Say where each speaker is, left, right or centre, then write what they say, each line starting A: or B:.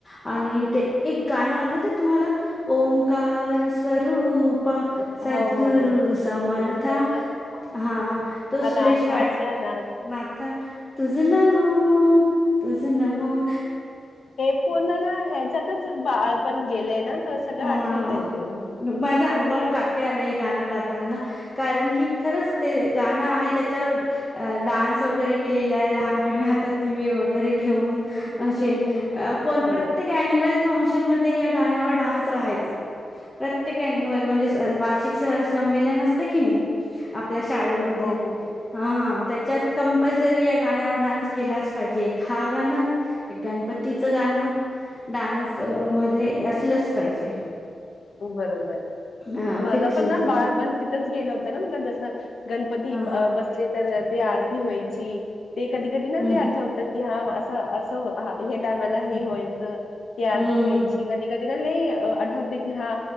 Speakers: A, on the left; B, on the left.
A: आणि ते एक गाणं आठवत तुम्हाला ओंकार रूपा
B: हो,
A: सद्गुरु
B: हो, हो,
A: समर्थ
B: हो. समर्थ
A: हा तो सुरेश
B: अनाथाच्या
A: वाट
B: अनाथ.
A: नाथा तुझ ना. हो तुझ न नमों
B: हे पूर्ण ना ह्याच्यातच बाळ पण गेले ना. तर सगळं
A: हा
B: आठवतंय ते. हं,
A: माझ्या अंगावर काट ते आले. गाणं गाताना कारण की खरंच ते गाणं आहे त्याच्यावर डान्स, वगैरे केलेला आहे. लहानपणी हातात दिवे वगैरे घेऊन. असे
B: हं, हं.
A: कोण
B: बरोबर.
A: प्रत्येक, अन्युअल फंक्शन म या गाण्यावर डान्स. हाय प्र <inaudible> संमल असत की नाही आपल्या शाळेमध्ये
B: हो, हो, हो, हो.
A: हा हा त्याच्यात कंपल्सरी आहे गाण्यावर डान्स केलाच पाहिजे एक हा गाणं एक गणपतीचं गाणं डान्स मध्ये अस पल पाहिजे
B: बरोबर
A: हां,
B: माझं
A: फिक्स
B: पण
A: होतं
B: ना बाळ
A: असं.
B: पण तिथंच गेलं होतं ना म्ह जस गण पती
A: हां, हां.
B: अ बसले त्यांना ती आरती होई ते कधी कधी न
A: हं,
B: ल आठवतात कि हा असं असं हे टामला हे
A: हं.
B: व्हायचं यारदी
A: हं,
B: होयची
A: हं.
B: कधी कधी ना ल या अ आठव ह हा